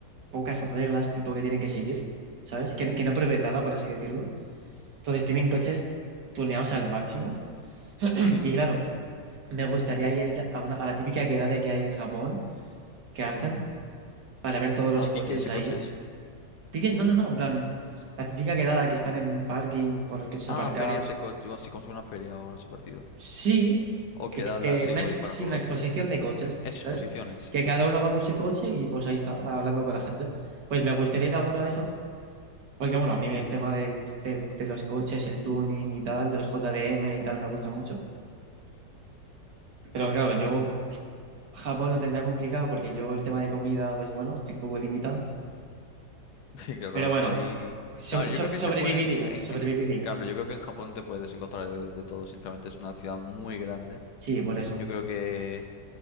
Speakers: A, on the right; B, on the left.
A: pocas reglas tipo que tienen que seguir, ¿sabes? Que, que no prohíben nada, por así decirlo. Entonces tienen coches tuneados al máximo. <clears throat>
B: <laughs>
A: Y claro, me gustaría ir a, una- a la típica quedada que hay en Japón, que hacen para ver todos los
B: A
A: coches
B: piques de
A: ahí.
B: coches.
A: Piques, no, no, no, en plan, la típica quedada que están en un parking con los coches
B: Ah,
A: aparcados.
B: ferias de coches. Bueno, sí, como si fuera una feria o algo así parecido.
A: Sí,
B: O
A: que,
B: quedadas,
A: que
B: sí,
A: una,
B: lo
A: ex-
B: bueno,
A: sí,
B: con
A: una
B: lo
A: exposición
B: que dices tú.
A: de coches,
B: Exposiciones.
A: ¿sabes? Que cada uno va con su coche y pues ahí está, hablando con la gente. Pues me gustaría ir a alguna de esas, porque bueno, a mí el tema del- del- de los coches, el tuning y tal, de los JDM y tal, me gusta mucho. Pero claro, yo Japón lo tendría complicado porque yo el tema de comida, pues bueno, estoy un poco limitado.
B: <laughs> Sí, Claro,
A: Pero
B: es
A: bueno,
B: que ahí.
A: so-
B: A ver,
A: so-
B: yo creo que
A: sobreviviría,
B: se pueden. se- en-
A: sobreviviría.
B: claro, yo creo que en Japón te puedes encontrar de de todo, sinceramente. Es una ciudad muy grande.
A: Sí, por eso.
B: Yo creo que.